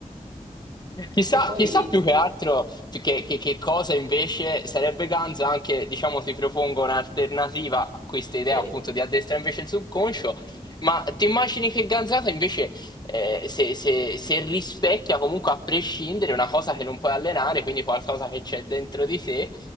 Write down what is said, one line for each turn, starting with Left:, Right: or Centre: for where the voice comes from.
Left: Chissà,
Right: E poi,
Left: chissà più che altro che, che- che cosa invece sarebbe Ganza, anche diciamo ti propongo un'alternativa a questa idea
Right: sì,
Left: appunto di addestrare invece il subconscio, ma ti immagini che Ganzata invece eh, se, se- se rispecchia comunque a prescindere una cosa che non puoi allenare, quindi qualcosa che c'è dentro di te